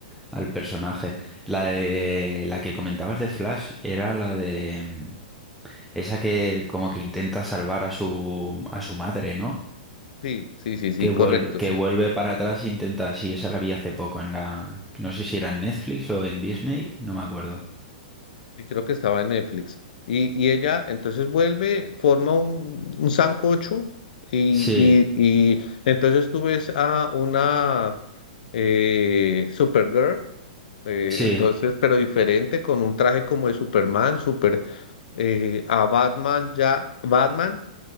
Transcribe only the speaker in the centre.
al personaje. La de la que comentabas de Flash era la de mm, esa que como que intenta salvar a su a su madre, ¿no?
Que vuelve,
que
vuelve para atrás e intenta, sí, esa la vi hace poco en la, no sé si era en Netflix o en Disney, no me acuerdo.
Sí,
sí,